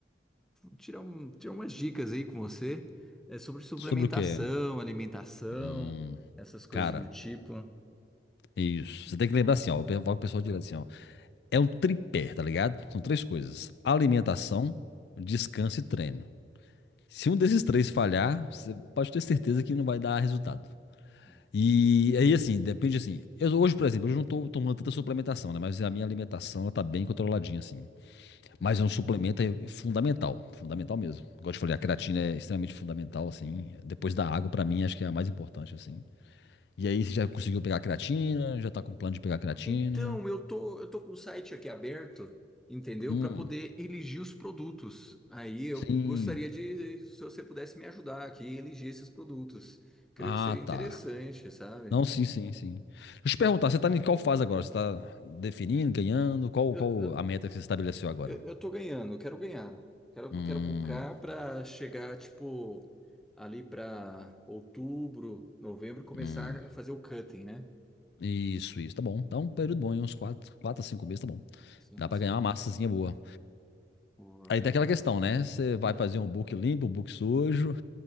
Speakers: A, in the centre; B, on the left.
A: tirar, um- tirar umas dicas aí com você, é, sobre suplementação,
B: Sobre o quê?
A: alimentação,
B: Hum,
A: essas coisas
B: cara,
A: do tipo.
B: é isso. Você tem que lembrar assim, ó. Eu falo com o pessoal direto assim, ó. É
A: Hum,
B: um tripé, tá ligado? São três coisas: alimentação,
A: hum,
B: descanso e treino. Se um desses três falhar, você pode ter certeza que não vai dar resultado.
A: hum.
B: E aí, assim, depende assim. Eu, hoje, por exemplo, eu não tô tomando tanta suplementação, né? Mas a minha alimentação, ela tá bem controladinha, assim. Mas
A: Da hora.
B: é um suplemento é fundamental, fundamental mesmo. Igual eu te falei, a creatina é extremamente fundamental, assim. Depois da água, pra mim, acho que é a mais importante, assim. E aí, você já conseguiu pegar a creatina? Já tá com plano de pegar a creatina?
A: Então, eu tô, eu tô com o site aqui aberto, entendeu?
B: Hum,
A: Para poder elegir os produtos. Aí eu
B: sim.
A: gostaria de, se você pudesse me ajudar aqui, elegir esses produtos. Creio
B: Ah,
A: que seria
B: tá.
A: interessante, sabe?
B: Não, sim, sim, sim. Deixa eu te perguntar, você tá em qual fase agora? Você tá definindo, ganhando? Qual,
A: Eu,
B: qual
A: eu,
B: a meta que você estabeleceu agora?
A: eu eu tô ganhando, eu quero ganhar. Quero,
B: Hum,
A: quero buscar para chegar, tipo, ali para outubro, novembro, começar
B: hum.
A: a fazer o cutting, né?
B: Isso, isso, tá bom. Dá um período
A: Uhum.
B: bom, hein? uns 4, 4 a 5 meses, tá bom.
A: Sim,
B: Dá pra
A: sim.
B: ganhar uma massazinha boa.
A: Boa.
B: Aí tem aquela questão, né? Você vai
A: Hum.
B: fazer um book limpo, um book sujo,